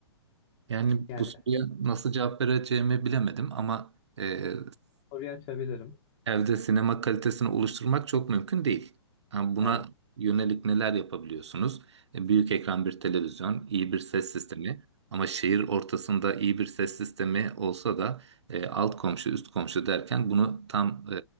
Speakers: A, on the right; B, on the left.
A: Yani
B: Yani
A: bu soruya nasıl cevap vereceğimi bilemedim ama e,
B: soruyu açabilirim.
A: Evde sinema kalitesini oluşturmak çok mümkün değil. Yani buna
B: Evet.
A: yönelik neler yapabiliyorsunuz? E, Büyük ekran bir televizyon, iyi bir ses sistemi ama şehir ortasında iyi bir ses sistemi olsa da e, alt komşu, üst komşu derken bunu tam e,